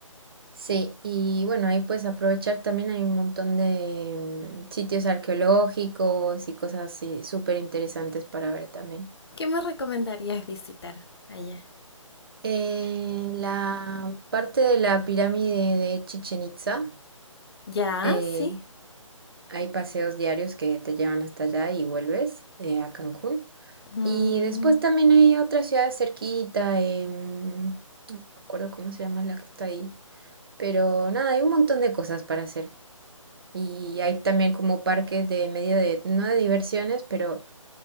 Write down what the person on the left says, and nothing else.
¿Qué me recomendarías visitar allá?
Ya,
sí.
Mm.